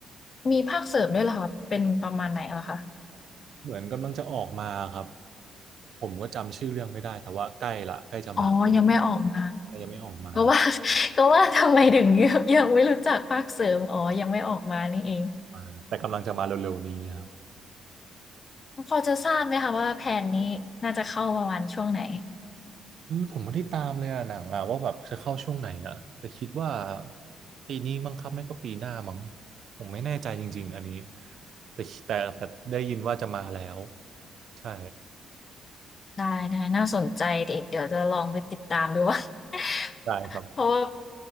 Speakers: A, on the left; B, on the right.
A: มีภาคเสริมด้วยเหรอคะเป็นประมาณไหนเหรอคะ
B: เหมือนกำลังจะออกมาครับ ผมก็จำชื่อเรื่องไม่ได้แต่ว่าใกล้ละใกล้จะมา
A: อ๋อยังไม่ออกมา
B: แต่ยังไม่ออกมา
A: ก็ว่า <laughs> ก็ว่าทำไมถึง <laughs> ยังยังไม่รู้จักภาคเสริมอ๋อยังไม่ออกมานี่เอง
B: มาแต่กำลังจะมาเร็วๆนี้ครับ
A: พอจะทราบไหมคะว่าแผนนี้น่าจะเข้าประมาณช่วงไหน
B: อืมผมไม่ได้ตามเลยอะหนังอะว่าแบบจะเข้าช่วงไหนอะแต่คิดว่าปีนี้มั้งครับไม่ก็ปีหน้ามั้งผมไม่แน่ใจจริงๆอันนี้แต่แต่แต่ได้ยินว่าจะมาแล้วใช่
A: ได้ๆน่าสนใจเดยวเดี๋ยวจะลองไปติดตามดูว่า <laughs>
B: ได้ครับ
A: เพราะว่า